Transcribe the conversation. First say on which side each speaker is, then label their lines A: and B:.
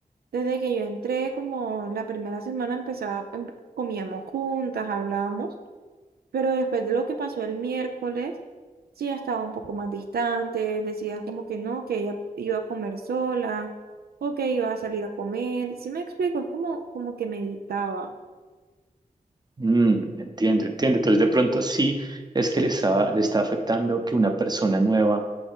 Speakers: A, on the right; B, on the right.
A: desde que yo entré como la primera semana empezaba, em- comíamos juntas, hablábamos. Pero después de lo que pasó el miércoles, sí ya estaba un poco más distante, decía como que no, que ella iba a comer sola o que iba a salir a comer. Sí me explico, es como, como que meditaba.
B: Mm, entiendo, entiendo. Entonces, de pronto sí es que le está, le está afectando que una persona nueva